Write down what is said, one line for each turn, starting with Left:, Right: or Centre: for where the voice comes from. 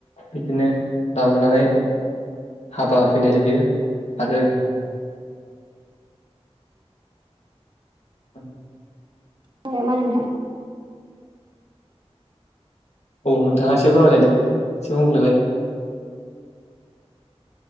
Left: बिदिनो लाबोनानै हाबा होफैनाय जायो आरो <inaudible>
Right: <unintelligible> नामा नोंथां
Left: औ नोंथाङा एसे फोरमाय लायदोलाय एसे बुंदोलाय।